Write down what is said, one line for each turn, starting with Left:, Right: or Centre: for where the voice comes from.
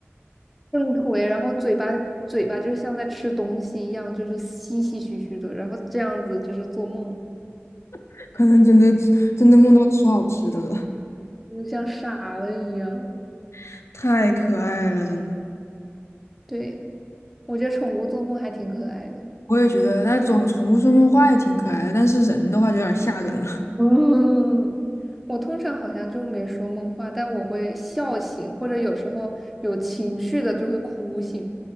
Centre: 正腿，然后嘴巴嘴巴就是像在吃东西一样，就是吸吸嘘嘘的，然后这样子就是做梦，
Left: <laughs> 可能真的真的梦到吃好吃的了，
Centre: 就是像傻了一样。
Left: <laughs> 太可爱了，真的。
Centre: 对，我觉得宠物做梦还挺可爱的。
Left: 我也觉得，那种宠物说梦话也挺可爱的，但是人的话就有点吓人了。
Centre: 嗯，<laughs> 我通常好像就没说梦话，但我会笑醒，或者有时候有情绪的就会哭醒。